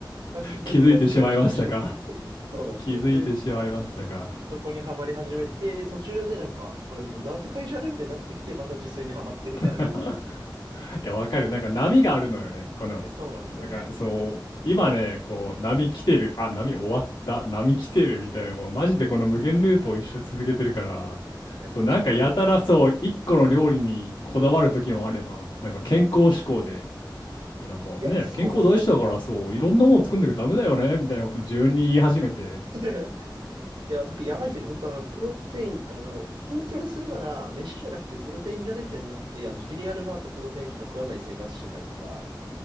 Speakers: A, on the right; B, on the left.
A: 感じになって外食し始めたり。
B: 気づいてしまいましたか。
A: <laughs> そうなんですよ。
B: 気づいてしまいましたか。
A: で、そこにはまり始めて、で、途中でなんか、これ無駄遣いじゃねみたいになってきて、また自炊にはまってみたいなループです。
B: <laughs> いや、わかる。なんか波があるのよね。この、
A: いや、そうなんですよね。
B: だからそう、今ね、こう、波来てる、あ、波終わった、波来てるみたいな、こう、マジでこの無限ループを一生続けてるから、
A: いや、めっちゃわかるです。
B: そう、なんかやたらそう、一個の料理にこだわる時もあれば、なんか健康志向で、でなんかね、
A: いや、そうなんですよ。
B: 健康大事だからそう、いろんなもの作んなきゃダメだよね、みたいなことを自分に言い始めて、
A: <laughs> いや、僕、やばい時、本当あの、プロテイン、あの、筋トレするなら、飯じゃなくてプロテインじゃねみたいになって、あの、シリアルバーとプロテインしか食わない生活してたりとか。